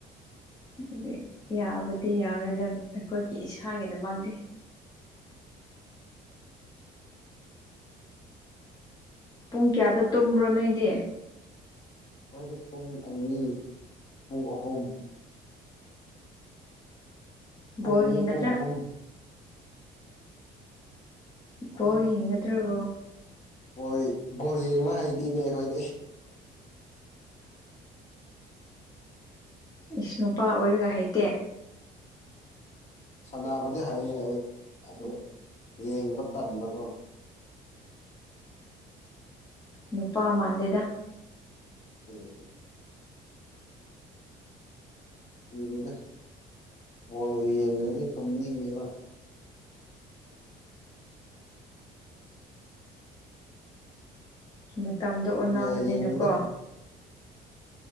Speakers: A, on the left (about 20°); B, on the left (about 40°).
A: ꯑꯗꯒꯤ ꯌꯥꯕꯗꯤ ꯌꯥꯔꯣꯏꯗꯕ ꯑꯩꯈꯣꯏꯒꯤ ꯏꯁꯥꯒꯤꯗꯃꯛꯇꯤ ꯄꯨꯡ ꯀꯌꯥꯗ ꯇꯨꯝꯕ꯭ꯔꯣ ꯅꯣꯏꯗꯤ
B: ꯑꯩꯣꯏꯗꯤ ꯄꯨꯡ ꯑꯅꯤ ꯄꯨꯡ ꯑꯍꯨꯝ ꯄꯨꯡ
A: ꯕꯣꯜ
B: ꯑꯅꯤ
A: ꯌꯦꯡꯒꯗ꯭ꯔꯥ
B: ꯄꯨꯡ ꯑꯍꯨꯝ ꯅꯟ
A: ꯕꯣꯜ ꯌꯦꯡꯒꯗ꯭ꯔꯣ
B: ꯕ ꯕꯣꯔꯦꯡꯅ ꯍꯩꯗꯤꯅꯦ ꯑꯩꯈꯣꯏꯗꯤ
A: ꯏꯁ ꯅꯨꯨꯄꯥ ꯑꯣꯏꯔꯒ ꯍꯩꯇꯦ
B: ꯁꯥꯟꯅꯕꯗꯤ ꯍꯥꯏꯌꯦ ꯑꯩ ꯑꯗꯨ ꯌꯦꯡꯕ ꯇꯟꯕꯗꯣ
A: ꯅꯨꯄꯥ ꯃꯥꯟꯗꯦꯗ
B: ꯁꯣꯏ ꯗꯨꯒ ꯍꯣꯏ ꯌꯦꯡꯉꯗꯤ ꯇꯨꯝꯅꯤꯡꯉꯦꯕ
A: ꯃꯇꯝꯗꯣ
B: ꯕꯣꯜ
A: ꯑꯣꯟꯅꯕꯅꯤꯅꯀꯣ
B: ꯀꯌꯥ ꯌꯦꯡꯗꯦꯗ ꯍꯟꯗꯛ